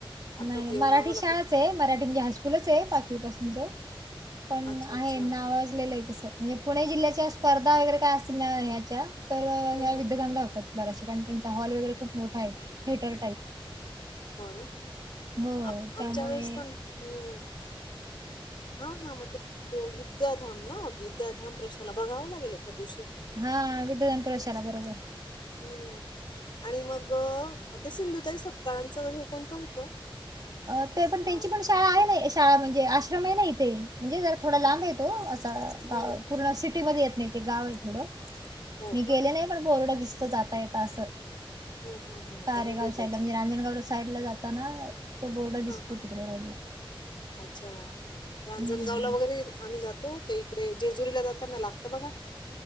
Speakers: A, on the left; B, on the right.
A: अर्थात
B: नाही नाही
A: येऊन
B: मराठी
A: आम्हाला
B: शाळाच
A: फक्त
B: आहे, मराठीत म्हणजे हायस्कु स्कुलच आहे पाचवी पासूनच, पण
A: अच्छा
B: आहे
A: अच्छा
B: नावाजलेलं आहे तस म्हणजे पुणे जिल्ह्याच्या स्पर्धा वगैरे काय असतील ना ह्याच्या तर
A: हम्म
B: ह्या
A: हम्म
B: विद्याधामला होतात. बऱ्याशे पण त्यांचा हॉल वगैरे खूप मोठा आहे थेटर
A: हो ना,
B: हो.
A: आप
B: त्यामुळे
A: आमच्या वेळेस पण हम्म हा हा म ते हो विद्याधाम ना, विद्याधाम प्रशाला बघाव लागेल एखाद दिवशी.
B: हा विद्याधाम प्रशाला बरोबर.
A: हम्म, आणि मग ते सिंधुताई सपकाळांच हे कोणतं होतं?
B: अ ते पण
A: अ
B: त्यांची पण शाळा आहे ना शाळा म्हणजे आश्रम आहे नाही इथे म्हणजे जरा थोडा लांब
A: हो
B: ये तो असा
A: हम्म
B: गा पूर्ण सिटीमध्ये येत नाही ते गाव आहे थोड.
A: हो
B: मी
A: का
B: गेले नाही पण बोर्ड दिसतो जाता येत अस.
A: हम्म हम्म हम्म
B: कारेगाव
A: त्यांना भेटायचे
B: साईडला म्हणजे रांजणगाव रस् साईडला जाताना, तो बोर्ड दिसतो
A: हा हा
B: तिकडे रोडला.
A: अच्छा. रांजणगावला
B: हम्म.
A: वगैरे आम्ही जातो. ते इकडे जेजुरीला जाताना लागत बघा,